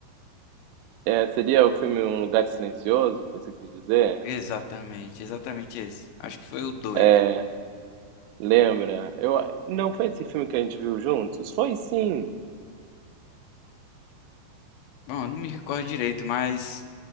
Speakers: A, on the right; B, on the left.
A: é, seria o filme Um Lugar Silencioso que você quis dizer?
B: Exatamente, exatamente esse. Acho que foi o dois
A: É, lembra? Eu, não foi esse filme que a gente viu juntos? Foi sim.
B: Bom, eu não me recordo direito, mas